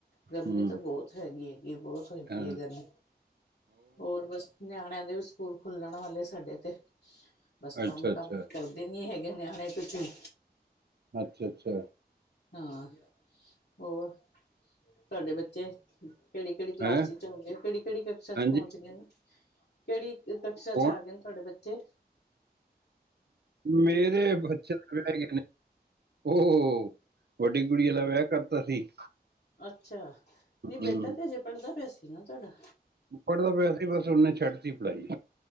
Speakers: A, on the left; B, on the right.
A: ਗਰਮੀ
B: ਹੂੰ
A: ਤਾਂ ਬਹੁਤ ਹੈਗੀ-ਹੈਗੀ ਬਹੁਤ ਹੋਈ
B: ਹਾਂ
A: ਪਈ ਹੈ ਗਰਮੀ ਹੋਰ ਬਸ ਨਿਆਣਿਆਂ, ਦੇ ਵੀ ਸਕੂਲ ਖੁੱਲਣ ਵਾਲੇ ਸਾਡੇ ਤੇ ਬਸ ਕੰਮ-ਕੰਮ
B: ਅੱਛਾ ਅੱਛਾ
A: ਕਰਦੇ ਨੀ ਹੈਗੇ। ਨਿਆਣੇ ਕੁਛ ਵੀ,
B: ਅੱਛਾ ਅੱਛਾ
A: ਹਾਂ ਹੋਰ ਤੁਹਾਡੇ ਬੱਚੇ, ਕਿਹੜੀ-ਕਿਹੜੀ ਕਲਾਸ
B: ਹੈਂ
A: ਚ ਹੋਗੇ ਕਿਹੜੀ-ਕਿਹੜੀ ਕਿਕਸ਼ ਚ
B: ਹਾਂਜੀ
A: ਪਹੁੰਚ ਗਏ ਨੇ ਕਿਹੜੀ ਕਕਸ਼ਾ
B: ਕੌਣ
A: ਚ ਆ ਗਏ ਨੇ ਤੁਹਾਡੇ ਬੱਚੇ
B: ਮੇਰੇ ਬੱਚੇ ਦੇ ਹੈਗੇ ਨੇ ਉਹ, ਵੱਡੀ ਕੁੜੀ ਦਾ ਵਿਆਹ ਕਰਤਾ ਸੀ।
A: ਅੱਛਾ
B: ਹੂੰ
A: ਨਹੀਂ ਬੇਟਾ ਤੇ ਅਜੇ ਪੜ੍ਹਦਾ ਪਿਆ ਸੀ ਨਾ ਤੁਹਾਡਾ
B: ਪੜਦਾ ਪਿਆ ਸੀ ਬਸ ਨੇ ਛੱਡ ਤੀ ਪੜਾਈ